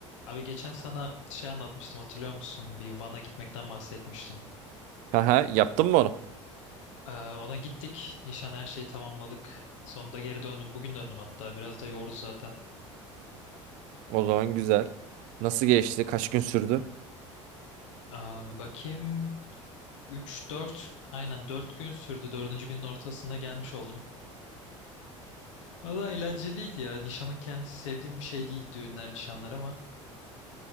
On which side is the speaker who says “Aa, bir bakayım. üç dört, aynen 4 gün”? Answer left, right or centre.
Left